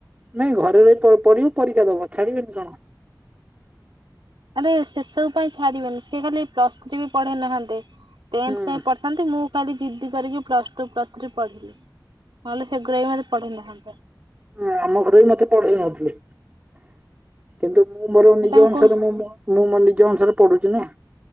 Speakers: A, on the right; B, on the right.
A: ନାଇଁ ଘରେ ରହି ପଡିବ ପରୀକ୍ଷା ଦବ ଛାଡିବେନି କଣ।
B: ଆରେ ସେସବୁ ପାଇଁ ଛାଡିବେନି ସେ ଖାଲି ପ୍ଲସ ଥ୍ରୀ ବି ପଢେଇ ନାହାନ୍ତେ। ଟେନ୍ଥ
A: ହୁଁ
B: ଯାଏଁ ପଢିଥାନ୍ତି ମୁଁ ଖାଲି ଜିଦ୍ଦି କରିକି ପ୍ଲସ ଟୁ ପ୍ଲସ ଥ୍ରୀ ପଢିଲି। ନହେଲେ ସେଗୁଡାକ ବି ମତେ ପଢେଇ ନଥାନ୍ତେ।
A: ହ ଆମ ଘରେ ବି ମତେ ପଢେଇ ନଉଥିଲେ କିନ୍ତୁ ମୁଁ ମୋର ନିଜ
B: ତମେ
A: ଅନୁସାରେ
B: କୁ
A: ମୁଁ ମୁଁ ମୋ ନିଜ ଅନୁସାରେ ପଢୁଛିି ନା